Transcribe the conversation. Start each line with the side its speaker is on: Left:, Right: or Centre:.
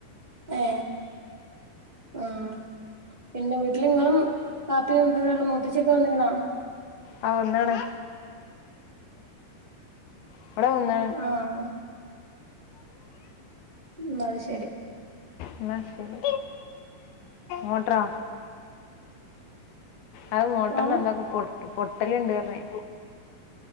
Right: ഏ ആഹ പിന്നെ വീട്ടിൽ ഇങ്ങളും വാപ്പിയും ഇമ്മി ള്ളൂ മൂത്തച്ചി ഒക്കെ വന്ന് ണോ
Left: ആ വന്നീണ് ഇവിടെ വെന്നീണ്
Right: ആഹ് ഉ അത് ശെരി
Left: എന്ന ശരി മോട്ടൊറോ അത് മോട്ടറിന്
Right: ആഹ്
Left: എന്തൊക്കെ പൊ പൊട്ടല ഇണ്ട് പറണേ